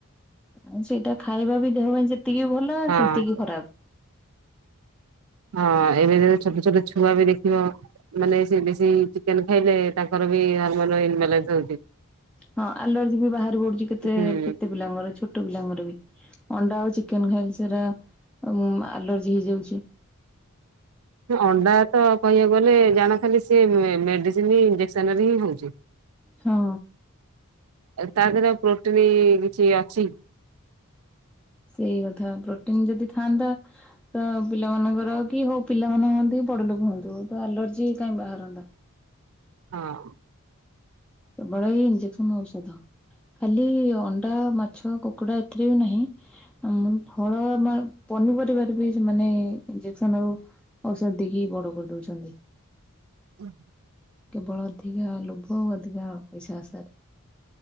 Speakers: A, in the centre; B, on the right.
A: ଆଉ ସେଇଟା ଖାଇବା ବି ଦେହ ପାଇଁ ଯେତିକି ଭଲ,
B: ହଁ
A: ସେତିକି ଖରାପ।
B: ହଁ, ଏବେ ଯୋଉ ଛୋଟ ଛୋଟ ଛୁଆ ବି ଦେଖିବ ମାନେ ସେ ବେଶୀ ଚିକେନ ଖାଇଲେ, ତାଙ୍କର ବି ହରମୋନ ଇନବାଲାନ୍ସ ହଉଛି।
A: ହଁ, ଆଲର୍ଜି ବି ବାହାରି ପଡୁଛି, କେତେ
B: ହୁଁ
A: କେତେ ପିଲାଙ୍କର ଛୋଟ ପିଲାଙ୍କର ବି। ଅଣ୍ଡା ଆଉ ଚିକେନ ଖାଇଲେ ସେଇରା ଉମ୍ ଆଲର୍ଜି ହେଇଯାଉଛି।
B: ଅଣ୍ଡା ତ କହିଆକୁ ଗଲେ, ଜାଣ ଖାଲି ସିଏ ମେ-ମେଡିସିନ ଇଞ୍ଜେକ୍ସନରେ ହିଁ ହଉଛି।
A: ହଁ।
B: ତା ଦେହରେ ଆଉ ପ୍ରୋଟିନି କିଛି ଅଛି?
A: ସେଇ କଥା। ପ୍ରୋଟିନ ଯଦି ଥାଆନ୍ତା ତ ପିଲାମାନଙ୍କର କି ହଉ, ପିଲାମାନେ ହୁଅନ୍ତି, କି ବଡଲୋକ ହୁଅନ୍ତୁ, ତ ଆଲର୍ଜି କାଇଁ ବାହାରନ୍ତା?
B: ହଁ।
A: କେବଳ ଏଇ ଇଞ୍ଜେକ୍ସନ, ଔଷଧ। ଖାଲି ଅଣ୍ଡା, ମାଛ, କୁକୁଡା ଏଥିରେ ବି ନାହିଁ ଆ ମୁନ୍ ଫଳ ମା ପନିପରିବାରେ ବି ସେମାନେ ଇଞ୍ଜେକସନ ଆଉ ଔଷଧ ଦେଇକି ବଡ କରିଦଉଛନ୍ତି।
B: ଉଁ
A: କେବଳ ଅଧିକା ଲୋଭ ଆଉ ଅଧିକା ପଇସା ଆଶାରେ।